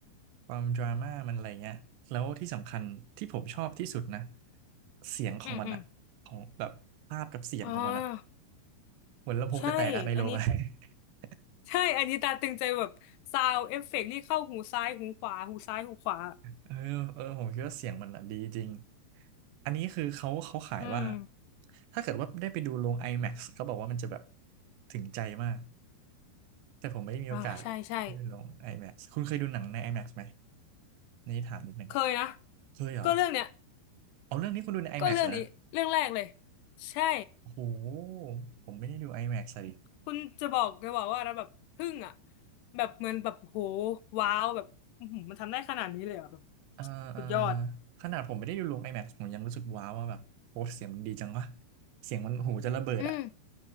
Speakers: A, on the right (about 85°); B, on the left (about 80°).
A: ความดราม่ามันอะไรเงี้ยแล้วที่สำคัญที่ผมชอบที่สุดนะเสียงของมันอะของแบบภาพกับเสียงของมันอะ
B: อืมอืมอ๋อ
A: เหมือนลำโพงจะแตกอะในโรงอะ
B: ใช่อันนี้
A: <laughs>
B: ใช่อันนี้ตาตึงใจแบบซาวเอฟเฟกต์นี่เข้าหูซ้ายหูขวาหูซ้ายหูขวา
A: เออเออผมคิดว่าเสียงมันอะดีจริงอันนี้คือเขาเขาขายว่า
B: อืม
A: ถ้าเกิดว่าได้ไปดูโรง IMAX เขาบอกว่ามันจะแบบถึงใจมาก แต่ผมไม่ได้มีโอกาสที่ไปลง
B: อ่าใช่ใช่
A: IMAX คุณเคยดูหนังใน IMAX ไหมนี่ถามนิดนึง
B: เคยนะ
A: เคยเหรอ
B: ก็เรื่องเนี้ย
A: เอาเรื่องนี้คุณดูใน IMAX
B: ก็เรื่องนี้เรื่องแรกเลย
A: แล้วนะ
B: ใช่
A: โอ้โหผมไม่ได้ดู IMAX อะดิ
B: คุณจะบอกจะบอกว่าแล้วแบบทึ่งอ่ะแบบเหมือนแบบโหว้าวแบบอื้อหือมันทำได้ขนาดนี้เลยเหรอ่ะแบบ
A: เออเออ
B: สุดยอด
A: ขนาดผมไม่ได้ดูลง IMAX ผมยังรู้สึกว้าวว่าแบบโอ้เสียงมันดีจังวะเสียงมันหูจะระเบิดอะ
B: อืม